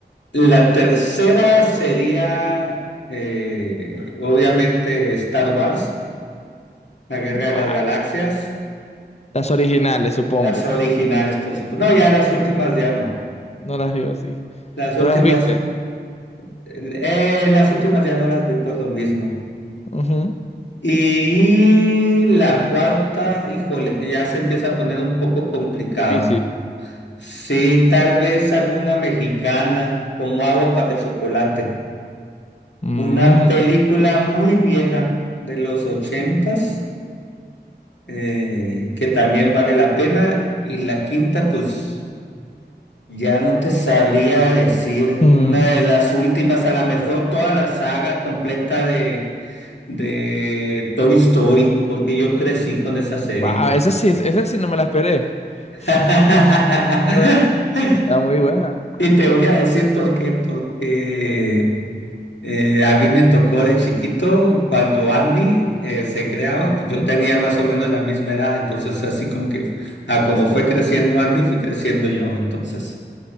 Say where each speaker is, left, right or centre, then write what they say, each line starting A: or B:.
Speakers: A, on the left; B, on the left.
A: La tercera sería, eh, obviamente, Star Wars, La Guerra
B: Wow.
A: de las Galaxias,
B: Las originales, supongo.
A: las originales, por supuesto. No, ya las últimas ya no.
B: No las vio, sí.
A: Las
B: Pero
A: últimas.
B: las viste.
A: Eh, las últimas ya no las vi por lo mismo.
B: Ujú.
A: Y la cuarta, híjole, ya se empieza a poner un poco complicado.
B: Difícil.
A: Sí, tal vez alguna mexicana, como Agua para Chocolate.
B: Mm,
A: Una película muy vieja de los ochentas, eh, que también vale la pena. Y la quinta, pues ya no te sabría decir.
B: mm.
A: Una de las últimas, a lo mejor toda la saga completa de... de Toy Story, porque yo crecí con esa serie.
B: Wow, esa sí, esa sí no me la esperé.
A: <laughs>
B: <laughs> Estaba estaba muy buena.
A: Y te voy a decir por qué, porque eh, a mí me tocó de chiquito, cuando Andy eh, se creaba,
B: Ujú.
A: pues yo tenía más o menos la misma edad, entonces así como que, a como fue creciendo Andy, fui creciendo yo, entonces.